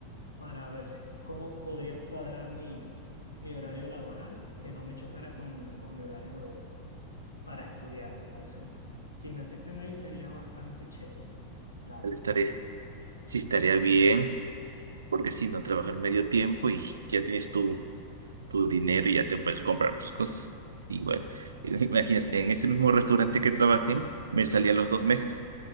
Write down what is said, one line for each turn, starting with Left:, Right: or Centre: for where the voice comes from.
Left: para ver si- cómo podrían cuadrar mi, mi horario laboral, que no me chocara con, con mi horario para estudiar. Entonces, si me aceptan ahí sería bastante chévere, la verdad.
Right: estar Sí, estaría bien, porque si no, trabajar medio tiempo y ya tienes tu, tu dinero y ya te puedes comprar tus cosas. Igual, <laughs> imagínate, en ese mismo restaurante que trabajé, me salí a los dos meses